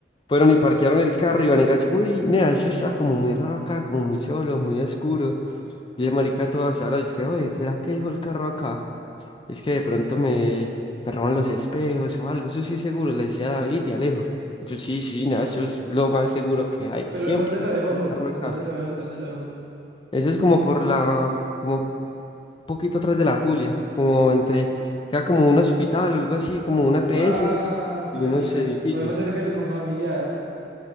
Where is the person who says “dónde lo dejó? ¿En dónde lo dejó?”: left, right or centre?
Right